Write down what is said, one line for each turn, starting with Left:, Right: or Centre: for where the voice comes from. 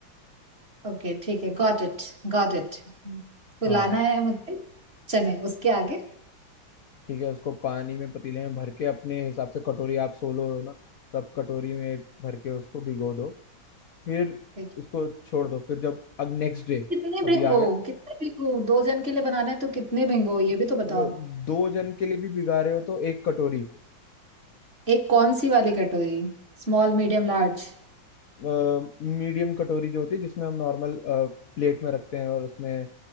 Right: है ओके ठीक है गॉट इट Got it फुलाना
Left: हाँ
Right: है मुझे चने उसके आगे
Left: ठीक है उसको पानी में पतीले में भर के अपने हिसाब से कटोरी आप सोलो हो ना तब कटोरी में भर के उसको भिगो दो फिर
Right: ठीक है
Left: उसको छोड़ दो फिर जब अब नेक्स्ट डे
Right: कितने
Left: अभी
Right: भिंगो
Left: आ गया
Right: कितने भिंगो दो जन के लिए बनाना है तो कितने भिंगो ये भी तो बताओ
Left: अगर दो जन के लिए भी भिगा रहे हो तो एक कटोरी
Right: एक कौन सी वाली कटोरी स्मॉल मीडियम लार्ज
Left: मीडियम कटोरी जो होती है जिसमें हम नॉर्मल प्लेट में रखते हैं और उसमें